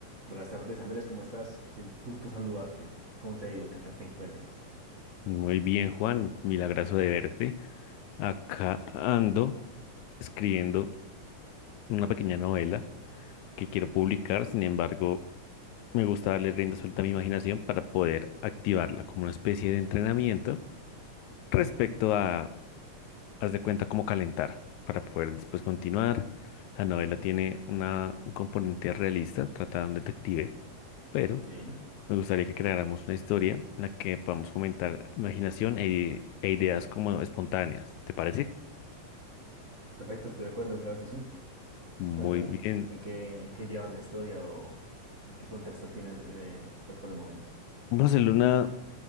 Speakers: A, on the right; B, on the left.
A: Buenas tardes, Andrés, ¿cómo estás? Qué gusto saludarte. ¿Cómo te ha ido? ¿Qué tal te encuentras?
B: Muy bien, Juan, milagroso de verte. Acá ando escribiendo una pequeña novela que quiero publicar, sin embargo, me gusta darle rienda suelta a mi imaginación para poder activarla como una especie de entrenamiento respecto a, haz de cuenta, cómo calentar para poder después continuar. La novela
A: Pues,
B: tiene una, un componente realista, trata de un detective, pero
A: Sí,
B: Me gustaría que creáramos una historia en la que podamos fomentar imaginación e, e ideas como espontáneas. ¿Te parece?
A: perfecto, estoy de acuerdo, claro que sí.
B: Muy
A: Pues cuéntame,
B: bien.
A: ¿en qué, en qué llevas la historia o en qué contexto tienes, eh, pues por el momento?
B: Vamos a hacerle una,